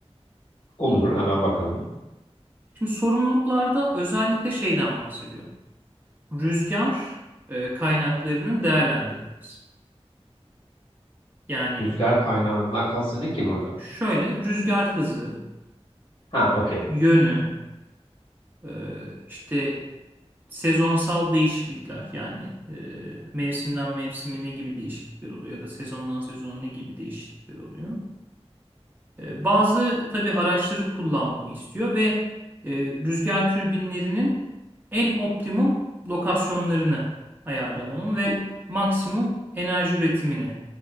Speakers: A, on the left; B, on the right.
A: Olur hemen bakalım.
B: Şimdi sorumluluklarda özellikle şeyden bahsediyor. Rüzgar e, kaynaklarının değerlendirilmesi. Yani
A: Rüzgar kaynağından kastın ne ki burada?
B: şöyle rüzgar hızı,
A: Ha okey.
B: e, yönü, Ee, işte sezonsal değişiklikler yani e, mevsimden mevsime ne gibi değişiklikler oluyor ya da sezondan sezona ne gibi değişiklikler oluyor. E, bazı tabii araçları kullanmamı istiyor ve e, rüzgar türbinlerinin en optimum lokasyonlarını ayarlamamı ve
A: Bu-
B: maksimum enerji üretimini,